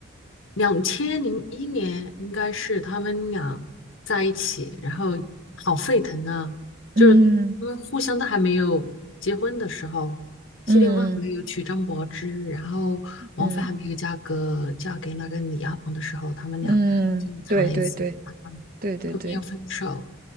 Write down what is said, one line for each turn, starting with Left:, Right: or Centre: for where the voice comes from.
Left: 两千零一年，应该是他们俩在一起，然后好沸腾啊！就是他们互相都还没有结婚的时候，
Right: <laughs> 嗯
Left: 谢霆锋还没有娶张柏芝，
Right: 嗯
Left: 然后王菲还没有嫁给嫁给那个李亚鹏的时候，
Right: 嗯
Left: 他们俩就谈了一次恋爱，
Right: 嗯，对对对对对对，
Left: 后面又分手，